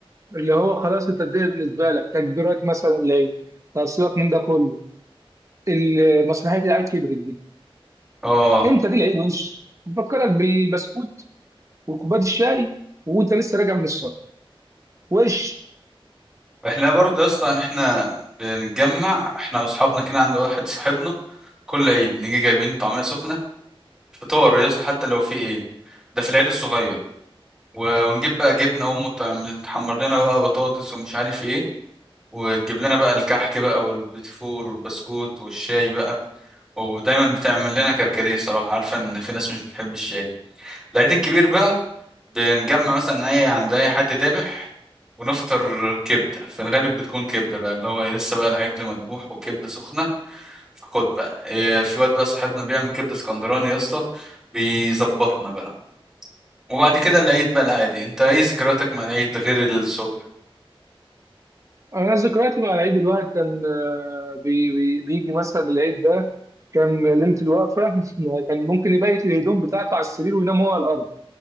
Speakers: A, on the right; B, in the centre.
A: اللي هو خلاص انت الدنيا بالنسبه لك تكبيرات مثلا العيد طب سيبك من ده كله ال- مسرحيه العيد كبرت دي
B: اه
A: امتى دي العيد وش مفكرك بالبسكوت وكوبايه الشاي وانت لسه راجع من الصلاه وش
B: احنا برضه اصلا احنا بنتجمع احنا واصحابنا كده عند واحد صاحبنا كل عيد نيجي جايبين طعمية سخنة فطار يا اسطى حتى لو في ايه ده في العيد الصغير و- ونجيب بقى جبنة وامه تعمل تحمر لنا بقى بطاطس ومش عارف ايه وتجيب لنا بقى الكحك بقى والبتفور والبسكوت والشاي بقى ودايما بتعمل لنا كركديه صراحة عارفة ان في ناس مش بتحب الشاي العيد الكبير بقى بنجمع مثلا اي عند اي حد ذابح ونفطر كبده في الغالب بتكون كبده بقى اللي هو إيه، لسه بقى العجل مذبوح والكبده سخنه فخد بقى إيه، في واد بقى صاحبنا بيعمل كبده اسكندراني يا اسطى بيظبطنا بقى وبعد كده العيد بقى العادي انت ايه ذكرياتك مع العيد غير الصبح
A: انا ذكرياتي مع العيد الواحد كان آه، بي بي بيجي مثلا العيد ده كان ليله الوقفه <laughs> كان ممكن يبيت الهدوم بتاعته على السرير وينام هو على الارض